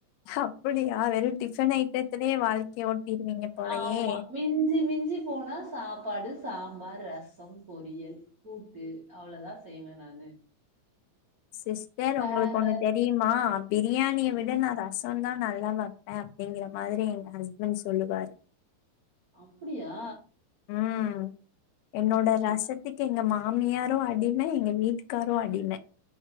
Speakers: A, on the left; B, on the right.
A: அப்படியா வெறு டிஃபன் ஐட்டத்திலயே வாழ்க்கைய ஓட்டிருவீங்க போலையே.
B: ஆமா. மிஞ்சி மிஞ்சி போனா சாப்பாடு, சாம்பார், ரசம், பொரியல், கூட்டு அவ்வளோதா செய்வ நானு.
A: சிஸ்டர்
B: வேற
A: உங்களுக்கு ஒண்ணு தெரியுமா பிரியாணிய
B: ம்.
A: விட நா ரசந்தா நல். நல்லா வெப்ப. அப்படிங்கிற மாதிரி எங்க ஹஸ்பண்ட் சொல்லுவாரு.
B: அப்படியா.
A: உம் என்னோட
B: ம்.
A: ரசத்துக்கு எங்க மா. மாமியாரு அடிம எங்க வீட்டுக்காரு அடிம.